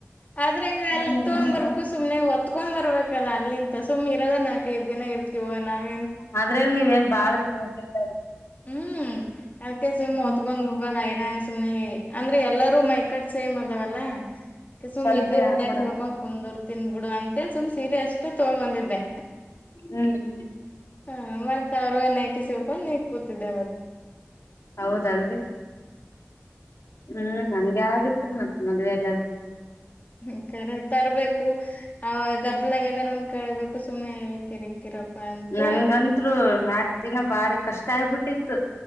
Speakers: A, on the left; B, on the left.
A: ಆದ್ರೆ ಈಗ
B: ಹ್ಮ್
A: ಅಲ್ಲಿ ತೊಗ್ ಬರ್ಬೇಕು ಸ್ ಸುಮ್ನೆ ಒತ್ಕೊಂಡ್ ಬರ್ಬೇಕಲ್ಲಾ ಅಲ್ಲಿಂತ ಸುಮ್ ಇರದ ನಾಕೈದು ದಿನ ಇರ್ತೀವ ನಾವ್
B: ಅದ್ರಾಗ ನೀವೇನ್ ಬಾಳ ದಿನ ಇರ್ಲಿಲ್ಲ
A: <unintelligible> ಹ್ಮ್ ಅಕ್ಕೆ ಸುಮ್ ಹೋತ್ಕೊಂಡ್
B: ಹ್ಮ್
A: <unintelligible> ನಾನ ಸುಮ್ನೆ ಅಂದ್ರೆ ಎಲ್ಲಾರೂ ಮೈಕಟ್ ಸೇಮ್ ಅದಾವಲ್ಲ ಸು್ದುು
B: ಸ್ವಲ್ಪೇ
A: ಒನ್ನಯಿ
B: ಹಾಕೊಡೋಣ
A: ಕುಂದೂರು ತಿನ್ಬಿಡು ಅಂತ ಸುಮ್ ಸೀರೆ ಅಷ್ಟ ತಗೊಂಬಂದಿದ್ದೆ
B: ಹ್ಮ್
A: ಹ ಮತ್ತತ್ ಅವರುನ್ ಐತಿ ಸಿಬೇಕ ನೀ ಕ ಮ
B: ಹೌದಾದ್ರೀ ಹ್ಮ್ ನಂಗೆ ಆಗತ್ರಿ ಮತ್ತತ್ ಮದ್ವೆ ಎಲ್ಲ
A: ಹ ಕ ತರ್ಬೇಕು ಆ ಗದ್ದಲಾಗ ಎಲ್ಲಾರ ಒಂದ ಕೇಳ್ಬೇಕು ಸುಮ್ನೆ ಎ ಕರಿ ಕಿರಪ್ಪ ಅಂತ
B: ನನ್ಗಂತ್ರು ನಾಕ್ ದಿನ ಬಾರಿ ಕಷ್ಟ ಆಗ್ಬಿಟ್ಟಿತ್ತು